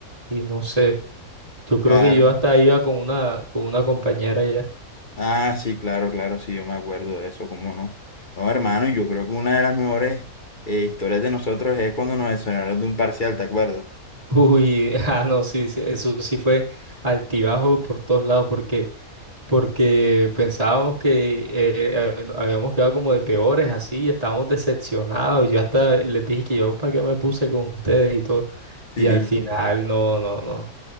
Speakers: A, on the right (about 25°); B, on the left (about 40°).
A: y no sé. Yo creo
B: Claro.
A: que yo hasta iba con una, con una compañera ya.
B: Ah, sí, claro, claro, sí, yo me acuerdo de eso, ¿cómo no? No, hermano, yo creo que una de las mejores eh, historias de nosotros es cuando nos exoneraron de un parcial, ¿te acuerdas?
A: Uy, <laughs> ah, no, sí, sí, eso sí fue altibajo por todos lados, porque porque pensábamos que eh, eh, habíamos quedado como de peores así y estábamos decepcionados. Yo hasta les dije que yo para qué me puse con ustedes y todo.
B: Sí,
A: Y al final,
B: sí.
A: no, no, no.